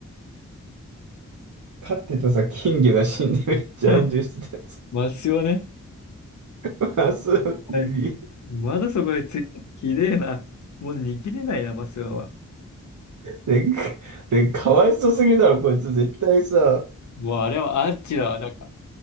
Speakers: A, on the right; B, on the left.
A: 飼ってたさ、金魚が死んでめっちゃ炎上してたやつ。
B: <laughs> マスオね。
A: <laughs> マスオ TV。
B: はいまだそこについて、綺麗な。もう握れないな、マスオは。
A: で、で、かわいそうすぎるだろ、こいつ。絶対さ、
B: もうあれはアーチだわ、なんか。